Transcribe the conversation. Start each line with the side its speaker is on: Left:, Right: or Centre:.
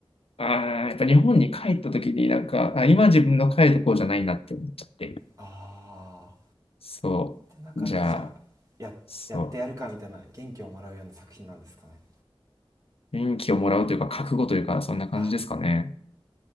Left: あーやっぱ日本に帰った時になんか、あ、今自分の帰るとこじゃないなって思っちゃって。
Right: あ
Left: そう。
Right: ーって中でじゃあややってやるかみたいな元気をもらうような作品なんですかね
Left: じゃそう。元気をもらうというか、覚悟というか、そんな感じですかね。
Right: あ